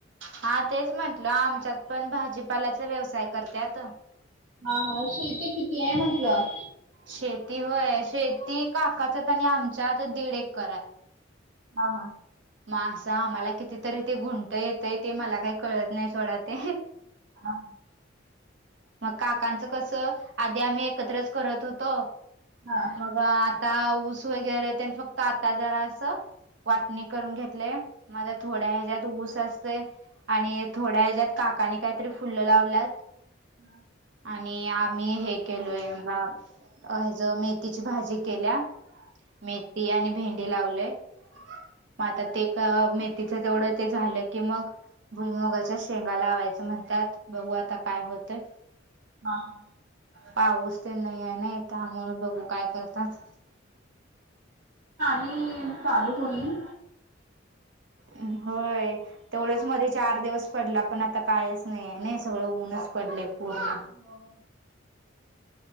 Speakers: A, on the right; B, on the right.
A: हा तेच म्हंटलं आमच्यात पण भाजीपालाचा व्यवसाय करतत.
B: हा हा असथे किती आहे म्हंटलं.
A: शेती होय शेती काकाच्या आणि आमच्या तर दीड एक करा.
B: हा हां.
A: मग असं आम्हाला कितीतरी ते घुंट येतं ते मला काही कळत नाही सोडा ते.
B: हा.
A: मग काकांचं कसं आधी आम्ही एकत्रच करत होतो
B: हा
A: मग. आता ऊस वगैरे त्यांनी फक्त आता जरा असं वाटणी करून घेतले. माझा थोड्या ह्याच्या्यात ऊस असतय आणि थोड्या ह्याच्या्यात. काकाने काहीतरी फुलं लावल्यात.
B: हम.
A: आणि आम्ही हे केलोय बा ह ज मेथीची भाजी केल्या. मेथी आणि भेंडी लावले मग आता ते म तिचं तेवढं ते झालं की मग. भुईमगाच्या शेंगा लावायचं म्हणतात बघू आता काय होतं.
B: हा हा.
A: पाऊस ते नाही आहे ना त्यामुळे बघू काय करतात.
B: ली चालू होईल.
A: ् होय तेवढंच मध्ये चार दिवस. पडला पण आता कायच नाही आहे ना, सगळं ऊनच पडलेय पूर्ण.
B: <unintelligible>